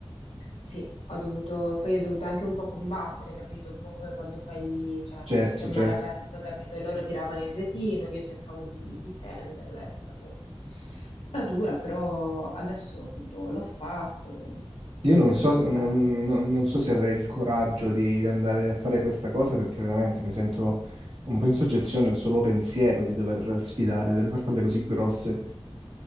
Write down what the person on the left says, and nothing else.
Sì, ho dovuto, poi ho dovuto anche un po' combattere, capito? Un po' come quando fai, cioè,
pesca in
mare aperto, capito? E loro tiravano il retino, io cercavo di, di prenderle, è stato, è stata dura, però adesso appunto l'ho fatto,
adesso
sto aspettando
che...